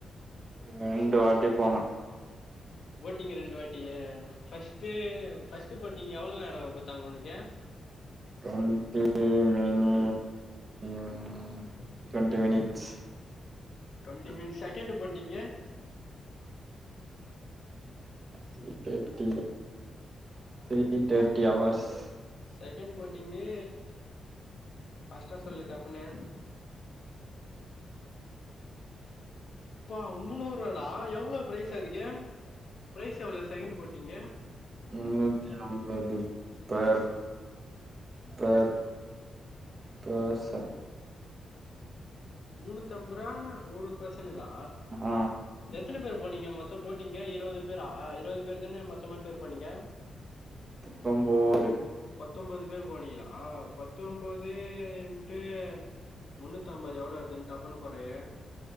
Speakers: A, on the right; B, on the left.
A: ரெண்டு வாட்டி போன
B: போட்டிங்கு ரெண்டு வாட்டி ஃபர்ஸ்ட்டு ஃபர்ஸ்ட்டு போட்டிங் எவ்ளோ நேரோ குத்தாங்க ஒனக்கு
A: டொ ண் டி மி னி அ twenty minutes
B: twenty minutes second போண்டிங்கு உ <inaudible>
A: திரி தேட்டி திரி தேட்டிஅவர்ஸ்
B: செகண்ட் போட்டிங்கு ஃபாஸ்ட்டா சொல்லு டப்புனு ப்பா முனு அவுராடா எவ்ளோ ப்ரைஸ் அதுக்கு ப்ரைஸ் எவ்ளோ செகண்ட் போட்டீங்கு
A: முன்னூத்தி ஐம்பது பர் பர் பேர் சன்
B: முணூத்து அம்பது ருவா ஒரு பர்சனுக்கா
A: ஆ
B: எத்தன பேரு போனீங்க மொத்தோ போட்டீங்கு இருவது பேரா இருவது பேர் தானே மொத்தமா டூர் போனீங்க
A: பத்தொம்போது
B: பத்தொம்பது பேரு போனீங்களா பத்தொம்பது இன்ட்டு முன்னூத்தம்பது எவ்ளோ வருதுன்னு டப்புன்னு போறயிரு